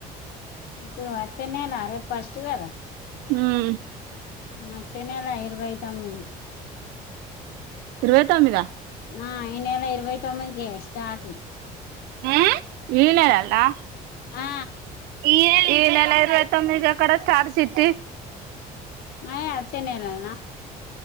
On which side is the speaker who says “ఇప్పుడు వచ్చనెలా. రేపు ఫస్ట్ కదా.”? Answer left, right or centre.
Left